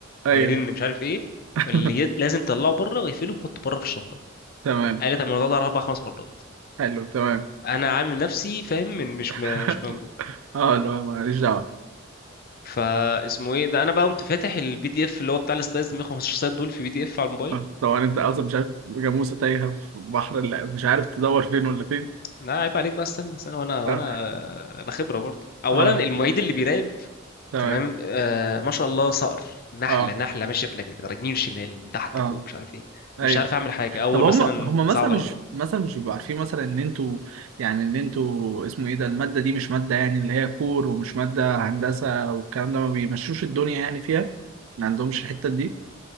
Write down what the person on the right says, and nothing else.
ايوه
<laughs>
تمام
حلو تمام
<laughs>
اه لا ماليش دعوه
آه، طبعا انت اصلا مش عارف جاموسه تايهه في بحر لا مش عارف تدور فين ولا فين
اه
اه
تمام
اه
اه
ايوه
طب هم
هم مثلا
مش
مثلا مش بيبقوا عارفين مثلا ان انتوا يعني ان انتوا اسمه ايه ده المادة دي مش مادة يعني اللي هي كور ومش مادة هندسة والكلام ده ما بيمشوش الدنيا يعني فيها ما عندهمش الحتة دي